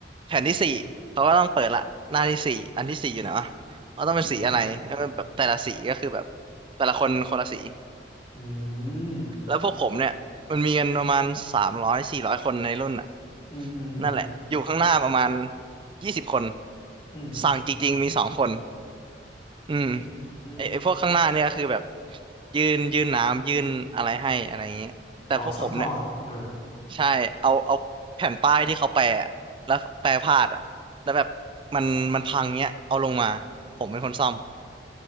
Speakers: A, on the right; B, on the left.
A: แผ่นที่สี่เขาก็ต้องเปิดละหน้าที่สี่อันที่สี่อยู่ไหนวะว่าต้องเป็นสีอะไรเออแบบแต่ละสีก็คือแบบ
B: อืม
A: แต่ละคนคนละสี
B: อืม
A: แล้วพวกผมเนี่ยมันมีกันประมาณสามร้อยสี่ร้อยคนในรุ่นอ่ะ
B: อืมอืม
A: นั่นแหละอยู่ข้างหน้าประมาณยี่สิบคน
B: อืมอืม
A: สั่งจริงๆมีสองคนอืม
B: อืมอืมอม
A: ไอไอพวกข้างหน้าเนี่ยก็คือแบบยื่นยื่นน้ำยื่นอะไรให้อะไรอย่างเงี้ยแต่พวกผมเนี่ย
B: อ๋อซัพพอร์ตอ่า
A: ใช่เอาเอาแผ่นป้ายที่เขาแปะอะแล้วแปะพลาดอ่ะแล้วแบบมันมันพังเนี้ย เอาลงมา ผมเป็นคนซ่อม